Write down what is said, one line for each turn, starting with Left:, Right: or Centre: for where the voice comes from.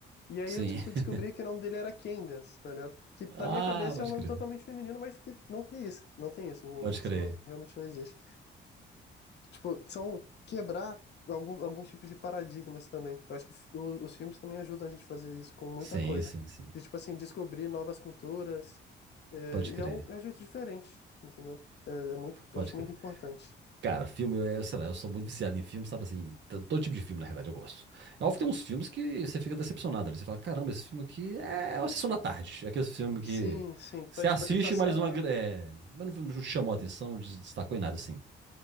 Left: E aí
Right: Sim.
Left: eu fui
Right: <laughs>
Left: descobrir que o nome dele era Candace, tá ligado? Que
Right: Ah,
Left: na minha cabeça
Right: pode
Left: é um nome
Right: crer.
Left: totalmente feminino, mas que não tem isso, não tem isso, não-
Right: Pode
Left: isso
Right: crer.
Left: não- realmente não existe. Tipo, são quebrar algum, alguns tipos de paradigmas também. Eu acho que fi- o- os filmes também ajudam a gente a fazer isso com muita
Right: Sim,
Left: coisa.
Right: sim, sim.
Left: De, tipo assim, descobrir novas culturas. é,
Right: Pode
Left: e
Right: crer.
Left: é um, é um jeito diferente, entendeu? É, é muito,
Right: Pode
Left: eu acho
Right: crer.
Left: muito importante.
Right: Cara, filme, eu, sei lá, eu sou muito viciado em filme, sabe assim? t- Todo tipo de filme, na realidade, eu gosto.
Left: Uhum.
Right: É óbvio que tem uns filmes que você fica decepcionado ali. Você fala, caramba, esse filme aqui é uma sessão da tarde. É aquele filme
Left: Sim,
Right: que
Left: sim.
Right: você
Left: Vai, tipo,
Right: assiste,
Left: ali passar.
Right: mas uma. gra- É, mas não, não te chamou a atenção, não te destacou em nada, assim.